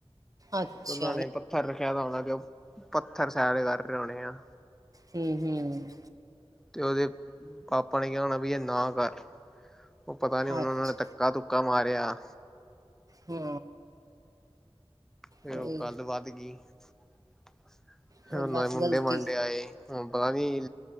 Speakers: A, on the right; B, in the centre.
A: ਅੱਛਾ
B: ਉਹਨਾਂ ਨੇ ਪੱਥਰ ਰੱਖਿਆ ਦਾ ਹੋਣਾ ਕਿ ਉਹ ਪੱਥਰ ਸਾਈਡ'ਚ ਕਰ ਰਹੇ ਹੋਣੇ ਆ।
A: ਹੂੰ ਹੂੰ
B: ਤੇ ਉਹਦੇ ਪਾਪਾ ਨੇ ਕਿਹਾ ਹੋਣਾ ਬਈ ਇਹ ਨਾ ਕਰ, ਉਹ ਪਤਾ ਨੀ ਹੁਣ
A: ਅੱਛਾ
B: ਉਹਨਾਂ ਨੇ ਧ ਧੱਕਾ -ਧੁੱਕਾ ਮਾਰਿਆ।
A: ਹੂੰ
B: ਫੇਰ
A: ਉਹੀ
B: ਉਹ ਗੱਲ ਵੱਧ ਗਈ। ਫੇਰ
A: ਉਹੀ
B: ਓਹਨਾ
A: ਬਸ
B: ਦੇ ਮੁੰਡੇ
A: ਗਲਤੀ
B: -ਮੰਡੇ ਆਏ। ਹੁਨ ਪਤਾ ਨੀ